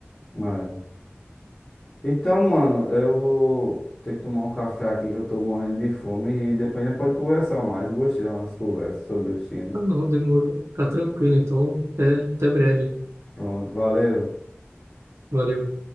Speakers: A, on the left; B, on the right.
A: É. Então, mano, eu vou ter que tomar um café aqui que eu tô morrendo de fome e depois a gente pode conversar mais. Gostei das nossas conversas sobre o filme.
B: Ah, não, demorou. Tá tranquilo, então até, até breve.
A: Pronto, valeu.
B: Valeu.